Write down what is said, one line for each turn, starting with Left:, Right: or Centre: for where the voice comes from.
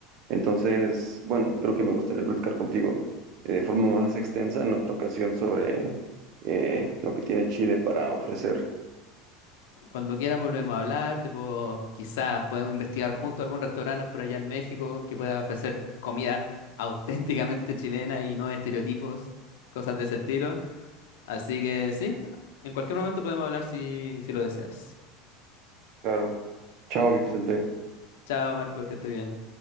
Right: Entonces, bueno, creo que me gustaría platicar contigo eh, de forma más extensa en otra ocasión sobre eh, lo que tiene Chile para ofrecer.
Left: Cuando quieras volvemos a hablar, tipo, quizás podemos investigar juntos algún restaurante por allá en México que pueda ofrecer comida <laughs> auténticamente chilena y no estereotipos, cosas de ese estilo. Así que sí, en cualquier momento podemos hablar si, si lo deseas.
Right: Claro. Chao, Vicente.
Left: Chao, Marco, que estés bien.